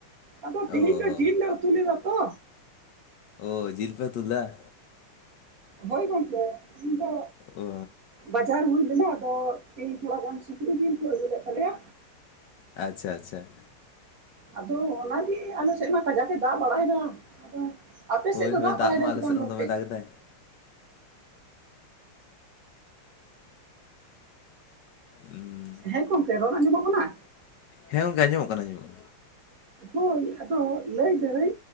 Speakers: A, on the right; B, on the left.
A: ᱟᱫᱚ
B: ᱚ
A: ᱛᱤᱦᱤᱧ ᱫᱚ ᱡᱤᱞ ᱞᱮ ᱩᱛᱩ ᱞᱮᱫᱟ ᱛᱚ
B: ᱳ ᱡᱤᱞ ᱯᱮ ᱩᱛᱩ ᱞᱮᱫᱟ?
A: ᱦᱳᱭ ᱜᱚᱝᱠᱮ ᱤᱧ ᱫᱚ
B: ᱚ
A: ᱵᱟᱡᱟᱨ ᱦᱩᱭ ᱞᱮᱱᱟ ᱟᱫᱚ ᱛᱤᱦᱤᱧ ᱛᱷᱚᱲᱟ ᱜᱟᱱ ᱥᱩᱠᱨᱤ ᱡᱤᱞ ᱠᱩ ᱟᱹᱜᱩ ᱞᱮᱫ ᱛᱟᱞᱮᱭᱟ᱾
B: ᱟᱪᱪᱷᱟ ᱟᱪᱪᱷᱟ᱾
A: ᱟᱫᱚ ᱚᱱᱟ ᱜᱤ ᱟᱞᱮ ᱥᱮᱫ ᱢᱟ ᱠᱟᱡᱟᱠ ᱮ ᱫᱟᱜ ᱵᱟᱲᱟᱭᱫᱟ ᱟᱫᱚ ᱟᱯᱮ
B: ᱦᱳᱭ
A: ᱥᱮᱫ ᱫᱚ
B: ᱦᱳᱭ
A: ᱫᱟᱜ ᱵᱟᱲᱟᱭ ᱮᱫᱟᱭ
B: ᱢᱟ ᱟᱞᱮ
A: ᱥᱮ
B: ᱥᱮᱫ
A: ᱵᱟᱝ
B: ᱦᱚᱸ
A: ᱜᱚᱝᱠᱮ?
B: ᱫᱚᱢᱮ ᱫᱟᱜ ᱮᱫᱟᱭ ᱩᱸ
A: ᱦᱮᱸ ᱜᱚᱝᱠᱮ ᱨᱚᱲ ᱟᱸᱡᱚᱢᱚᱜ ᱠᱟᱱᱟ?
B: ᱦᱮᱸ ᱜᱚᱝᱠᱮ ᱟᱸᱡᱚᱢᱚᱜ ᱠᱟᱱᱟ ᱟᱸᱡᱚᱢᱚᱜ
A: ᱦᱳᱭ ᱟᱫᱚ ᱞᱟᱹᱭ ᱫᱟᱹᱧ